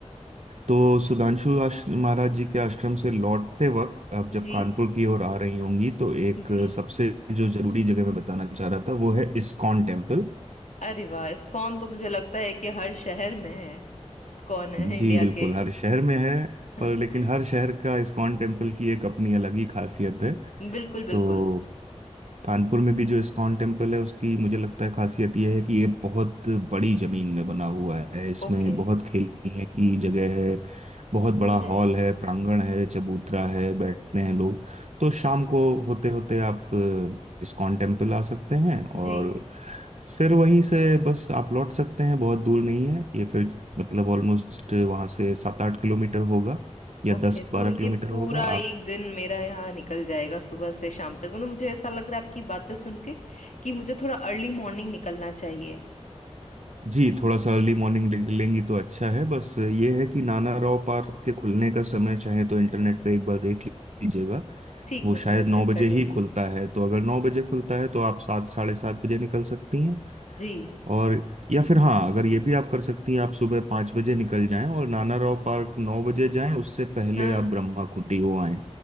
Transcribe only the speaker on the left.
जी
जी
अरे वाह इस्कॉन तो मुझे लगता है कि हर शहर में है इस्कॉन है इंडिया
के
<laughs>
बिल्कुल बिल्कुल
ओके
ओके
जी
ओके
तो ये
पूरा
एक दिन मेरा यहाँ निकल जाएगा सुबह से शाम तक मतलब मुझे ऐसा लग रहा है आपकी बातें सुन के कि मुझे थोड़ा अर्ली मॉर्निंग निकलना चाहिए
ठीक
है वो
मैं
चेक
कर लूंगी
जी
हाँ